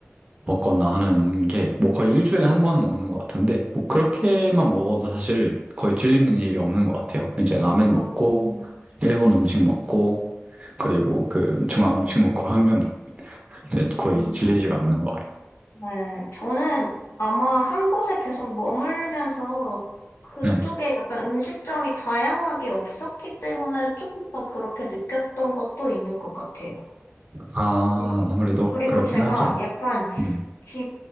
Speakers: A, on the right; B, on the left.
A: 먹거나 하는 게 뭐 거의 일주일에 한 번은 먹는 것 같은데 뭐 그렇게만 먹어도 사실 거의 질리는 일이 없는 것 같아요. 이제 라멘
B: 음,
A: 먹고 일본 음식 먹고 그리고 그 중앙 음식 먹고 <laughs> 하면 이제 거의
B: 음.
A: 질리지가 않는 것
B: 네. 저는 아마 한 곳에 계속 머물면서 그쪽에
A: 같아요. 네.
B: 약간 음식점이 다양하게 없었기 때문에 좀 더 그렇게 느꼈던 것도 있는 것 같아요.
A: 아,
B: 네.
A: 아무래도
B: 그리고
A: 그렇긴
B: 제가
A: 하죠.
B: 약간
A: 네.
B: 기,